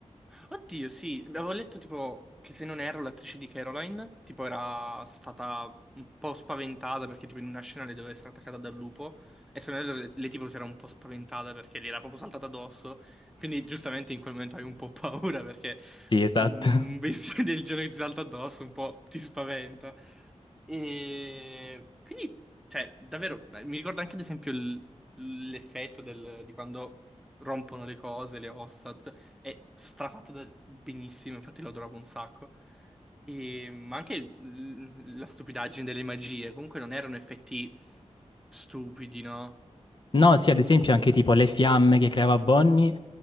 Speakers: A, in the centre; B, on the left (about 40°).
A: Oddio, sì, avevo letto tipo che se non ero l'attrice di Caroline, tipo era stata un po' spaventata perché tipo in una scena le doveva essere attaccata dal lupo e se non erro le, le tipo si era un po' spaventata perché le era proprio saltata addosso, quindi giustamente in quel momento hai un po' paura perché
B: Sì, esatto.
A: un
B: <laughs>
A: bestiame <laughs> del genere che ti salta addosso un po' ti spaventa. E quindi, cioè, davvero, mi ricorda anche ad esempio il- l'effetto del- di quando rompono le cose, le ossa. È strafatto da benissimo, infatti lo adoravo un sacco. E, ma anche l- la stupidaggine delle magie, comunque non erano effetti stupidi, no?
B: No, sì, ad esempio anche tipo le fiamme che creava Bonnie,